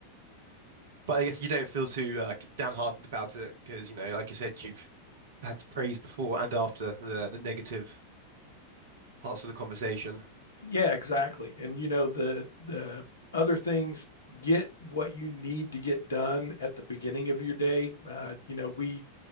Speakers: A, on the right; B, on the left.
A: But I guess you don't feel too like downhearted about it because you know, like you said, you've had praise before and after the the negative. parts of the conversation?
B: Yeah, exactly. And you know the the other things get what you need to get done at the beginning of your day. Uh, you know, we